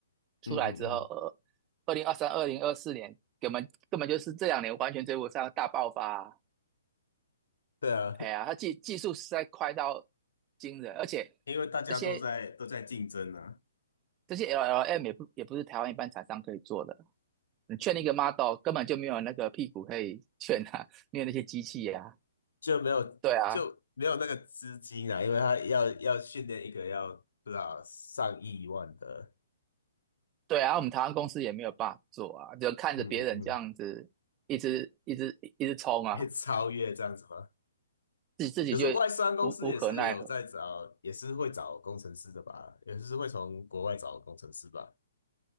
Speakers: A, on the right; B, on the left.
A: 出来之后，
B: 嗯嗯嗯，
A: 呃，二零二三、二零二四年，根本根本就是这两年完全追不上大爆发啊
B: 对啊，
A: 哎呀，他技技术实在快到惊人，而且这些
B: 因为大家都在都在竞争啊，
A: 这些 LLM 也不也不是台湾一般厂商可以做的。你劝那个 model 根本就没有那个屁股可以劝啊，没有那些机器啊，
B: 就没有就没有那个资金啊，
A: 对啊，
B: 因为他要要训练一个要不知道上亿万的，
A: 对啊，我们台湾公司也没有办法做啊，就看着别人这样子一直一直一直冲啊，
B: 嗯嗯嗯，可以超越这样子吗？
A: 自己自己就
B: 可是外商公司也是有在找，
A: 无无可奈何，
B: 也是会找工程师的吧？也是会从国外找工程师吧？